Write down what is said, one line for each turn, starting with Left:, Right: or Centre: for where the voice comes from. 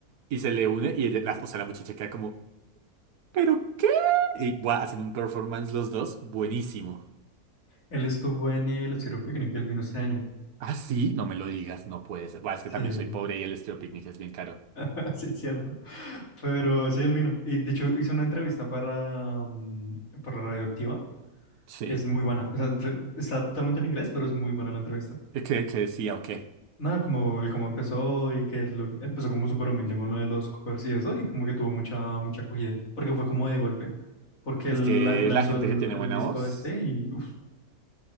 Right: y se le une y ella, la- o sea, la muchacha queda como, ¿Pero qué? Y buah, hacen un performance los dos buenísimo.
Left: Él estuvo en el Estéreo Picnic, él vino este año.
Right: Ah, sí, no me lo digas, no puede ser. Buah, es que
Left: Sí,
Right: también soy pobre y el estudio picnic es bien caro.
Left: <laughs> sí, es cierto. Pero sí, él vino. Y de hecho hizo una entrevista para, mm, para Radioactiva.
Right: Sí.
Left: Es muy buena. O sea, tl- está totalmente en inglés, pero es muy buena la entrevista.
Right: ¿Qué, qué decía o qué?
Left: Nada, como el cómo empezó y que lo- empezó como súper humilde con lo de los covers y eso, y como que tuvo mucha, mucha acogida, porque fue como de golpe, porque
Right: Es
Left: él
Right: que
Left: la- lanzó
Right: la gente
Left: el,
Right: que tiene
Left: el
Right: buena
Left: disco
Right: voz.
Left: este y uf,